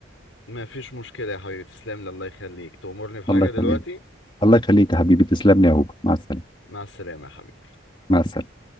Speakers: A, on the left; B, on the left.
A: ما فيش مشكلة يا حبيبي تسلم لي الله يخليك تأمرني بحاجة
B: الله يخليك
A: دلوقتي
B: الله يخليك يا حبيبي تسلم لي يا هوبا مع السلامة
A: مع السلامة يا حبيبي
B: مع السلامة